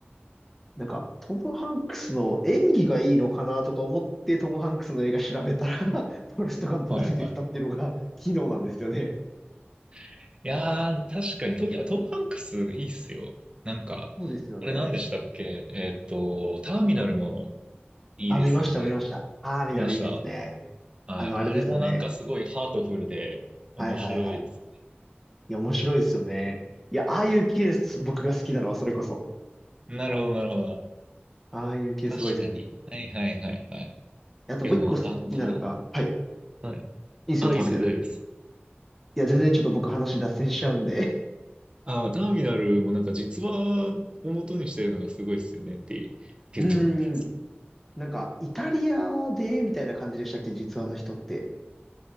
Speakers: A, in the centre; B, on the right.
A: なんか、トム・ハンクスの演技がいいのかなとか思って、トム・ハンクスの映画調べたら <laughs> フォレスト・ガンプが出てきたっていうのが、
B: はいはい。
A: 昨日なんですよね。
B: <laughs> いやー、確かにト、いや、トム・ハンクスいいっすよ。なんか、
A: そうですよね。
B: あれ何でしたっけえーっと、ターミナルもいいですよね。
A: あ、見ました、見ました。あー見ならいいですね。
B: 見ました。はい。
A: あの、
B: あれもなんかすごいハートフルで面白いです。
A: あれですよね。はいはいはい。いや、面白いですよね。いや、ああいう系、僕が好きなのはそれこそ。
B: なるほど、なるほど。
A: ああいう系すごい好き。
B: 確かに。はいはいはいはい。
A: あともう一個好きなのが、
B: いや、でも、あの、た、
A: はい、い
B: はい。
A: いですよ、
B: あ、
A: ターミナル。
B: いいです、大丈夫です。
A: いや、全然ちょっと僕話脱線しちゃうんで
B: ああ、ターミナルもなんか実話を元にしてるのがすごいっすよねっていうところです。
A: <laughs> うーん。なんか、イタリアで、みたいな感じでしたっけ、実話の人って。